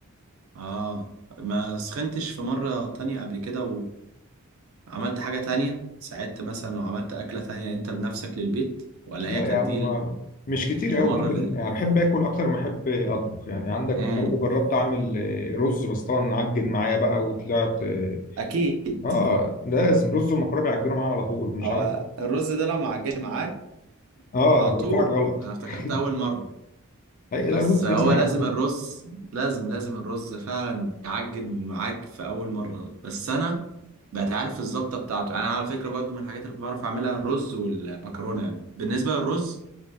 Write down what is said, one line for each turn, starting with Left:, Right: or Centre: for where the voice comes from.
Right: اه ما سخنتش في مره تانية قبل كده وعملت حاجه تانية ساعدت مثلا وعملت اكله تانية انت بنفسك للبيت ولا
Left: لا
Right: هي كانت
Left: يا عم
Right: دي
Left: ما مش كتير
Right: المره
Left: قوي ممكن
Right: اللي
Left: يعني بحب اكل اكتر ما احب اطبخ يعني عندك
Right: امم
Left: برضو جربت اعمل آه، رز بس طبعا عجن معايا بقى وطلعت اه
Right: اكيد
Left: آه، لازم رز ومكرونه بيعجنوا معايا على طول مش
Right: هو
Left: عارف
Right: الرز ده لو ما عجنش معاك
Left: اه
Right: على
Left: هيبقى
Right: طول
Left: في حاجه غلط
Right: انا افتكرت
Left: <laughs>
Right: اول مره
Left: اي
Right: بس
Left: لا الرز
Right: هو
Left: لازم يعجن
Right: لازم الرز لازم لازم الرز فعلا يعجن معاك في اول مره بس انا بقيت عارف الظبطه بتاعته يعني انا على فكره برضو من الحاجات اللي بعرف اعملها الرز والمكرونه يعني بالنسبه للرز